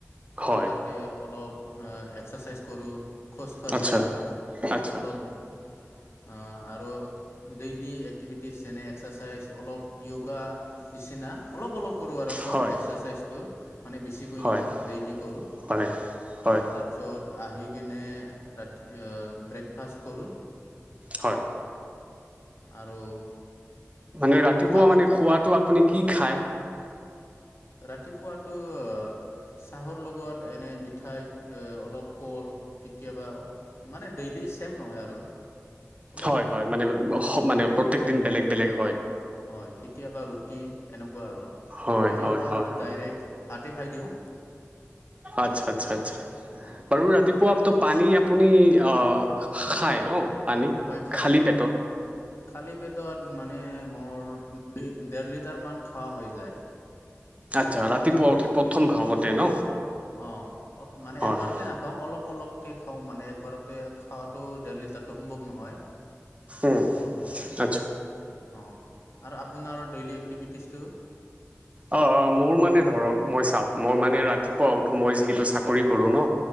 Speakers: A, on the right (about 25°); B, on the left (about 60°).
A: হয়
B: তাতে অলপ এ এক্সাৰচাইজ কৰো খোজ কাঢ়ো,
A: আচ্ছা, আচ্ছা।
B: অলপ অ' আৰু ডেইলি এক এক্টিভিটিছ যেনে এক্সাৰচাইজ অলপ য়োগা নিচিনা, অলপ অলপ কৰোঁ আৰু চব
A: হয়,
B: <unintelligible> মানে বেছিকৈ
A: হয়,
B: নহয় ডেইলি কৰো।
A: হয়, হয়,
B: তাৰপিছত আহি কেনে ৰাতি এ ব্ৰেকফাষ্ট কৰো।
A: হয়।
B: আৰু
A: মানে ৰাতিপুৱা
B: কামৰ
A: মানে খোৱাটো আপুনি কি খায়।
B: ৰাতিপুৱাতো এ চাহৰ লগত এনে মিঠাই এ অলপ কল কেতিয়াবা মানে ডেইলি ছেম নহয় আৰু। অলপ
A: হয় হয় মানে মানে প্ৰত্যেক দিন বেলেগ বেলেগ হয়।
B: হয় কেতিয়াবা ৰুটি এনেক <unintelligible> আৰু,
A: হয়,
B: কেতিয়াবা
A: হয়, হয়,
B: আৰু
A: হয়।
B: ডাইৰেক্ট ভাতে খাই দিওঁ।
A: আচ্ছা আচ্ছা আচ্ছা,
B: অঁ
A: বাৰু ৰাতিপ <unintelligible> পানী আপুনি অ' খায় ন পানী,
B: হয় খাই
A: খালী
B: খাই
A: পেটত।
B: খালী পেটত মানে মোৰ দেৰ লিটাৰ মান খোৱা হৈ যায়।
A: আচ্ছা, ৰাতিপুৱা উঠি প্ৰথম ভাগতে ন?
B: অ', মানে
A: হয়,
B: একবাৰতে নাখাওঁ অলপ, অলপ কে, খাওঁ মানে একবাৰতে খাৱাটো ডেৰলিটাৰ <unintelligible> সম্ভৱ নহয়,
A: উম,
B: অলপ অ'
A: আচ্ছা।
B: আৰু আপোনাৰ ডেইলি এক্টিভিটিছটো।
A: অ'-অ', মোৰ মানে ধৰক মই চাওঁক মই মানে ৰাতিপুৱা উঠো মই যিহেতু চাকৰি কৰোঁ ন'।